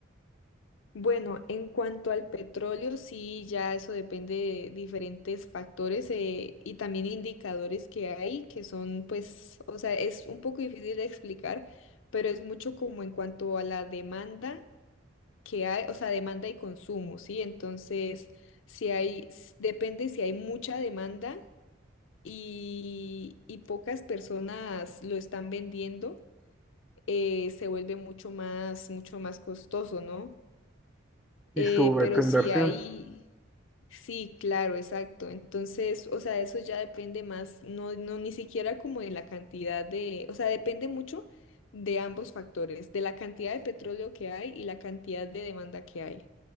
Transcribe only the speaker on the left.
Bueno, en cuanto al petróleo, sí, ya eso depende de diferentes factores eh, y también indicadores que hay, que son, pues, o sea, es un poco difícil de explicar, pero es mucho como en cuanto a la demanda que hay, o sea, demanda y consumo, ¿sí? Entonces, si hay, s- depende si hay mucha demanda y, y pocas personas lo están vendiendo, eh, se vuelve mucho más, mucho más costoso, ¿no?
Eh,
pero
sí hay, sí, claro, exacto. Entonces, o sea, eso ya depende más, no, no, ni siquiera como de la cantidad de, o sea, depende mucho de ambos factores, de la cantidad de petróleo que hay y la cantidad de demanda que hay.